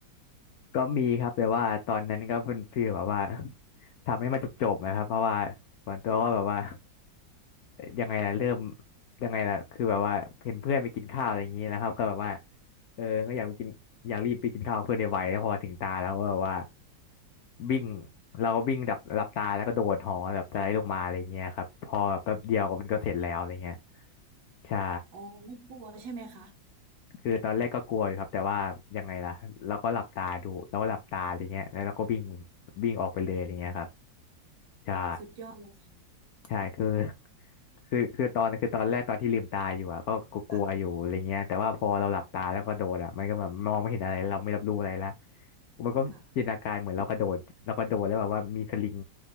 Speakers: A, on the left (about 75°); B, on the right (about 85°).
A: ก็มีครับแต่ว่าตอนนั้นก็เป็นฟีลแบบว่าทำให้มันจบๆนะครับเพราะว่าส่วนตัวก็แบบว่ายังไงล่ะเริ่มยังไงล่ะคือแบบว่าเห็นเพื่อนไปกินข้าวอะไรอย่างนี้แล้วครับก็แบบว่าเออก็อยากไปกินอยากรีบไปกินข้าวกับเพื่อนในไวๆแล้วพอถึงตาแล้วก็แบบว่าวิ่งเราก็วิ่งดับหลับตาแล้วก็โดดหอแบบสไลด์ลงมาอะไรเงี้ยครับพอแบบแป๊บเดียวก็มันก็เสร็จแล้วอะไรเงี้ยใช่
B: โอ้ไม่กลัวใช่ไหมคะ
A: คือตอนแรกก็กลัวอยู่ครับแต่ว่ายังไงล่ะเราก็หลับตาดูเราก็หลับตาอะไรเงี้ยแล้วเราก็วิ่งวิ่งออกไปเลยอะไรเงี้ยครับใช่
B: สุดยอดเลยค่ะ
A: ใช่คือ <laughs> คือคือตอนคือตอนแรกตอนที่ลืมตาอยู่อะก็ก็กลัวอยู่อะไรเงี้ยแต่ว่าพอเราหลับตาแล้วก็โดดอะมันก็แบบมองไม่เห็นอะไรเราไม่รับรู้อะไรละ
B: ค่ะ
A: มันก็จินตนาการเหมือนเรากระโดดเรากระโดดแล้วแบบว่ามีสลิง
B: ค่ะ